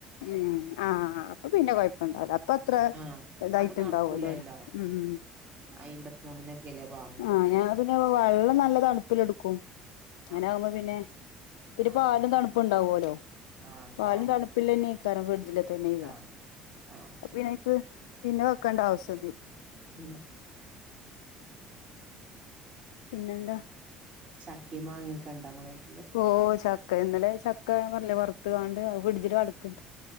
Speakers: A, on the left; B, on the right.
A: ഉം ആഹ് അപ്പൊ പിന്നെ കുഴപ്പം ഇണ്ടാവില്ല അപ്പൊ അത്ര
B: ആഹ്
A: ഇതായിട്ട്ണ്ടാവുമല്ലോ
B: അപ്പൊ തണുക്കൂലല്ലോ
A: ഉം
B: അയ്മ്പത്തിമൂന്നിനൊക്കെയല്ലേ ബാങ്ക്
A: ആ ഞാൻ അതിന് വെള്ളം നല്ല തണുപ്പിൽ എടുക്കും അങ്ങനെ
B: ആഹ്
A: ആകുമ്പോ പിന്നെ ഇത്തിരി
B: ആഹ്
A: പാലും തണുപ്പും ഉണ്ടാവല്ലോ
B: ആഹ് ഉണ്ടാവും
A: പാലും തണുപ്പ് പിള്ള തന്നെക്കാരം ഫ്രിഡ്ജിൽ തന്നെയ്ക്കാരം
B: ആഹ് ആഹ്
A: അപ്പൊ ആയിനിക്ക് പിന്നെ വെക്കേണ്ട ആവേശം
B: ഇല്ല
A: പിന്നെന്താ
B: ചക്ക മാങ്ങിയൊക്കെ ഇണ്ടോങ്ങളോട്
A: ഓ ചക്ക ഇന്നലെ ചക്ക ഞാൻ പർഞ്ഞിലേ വർത്ത്ങ്ങാണ്ട് അത് ഫ്രിഡ്ജില് അട്ക്ക്ട്ട്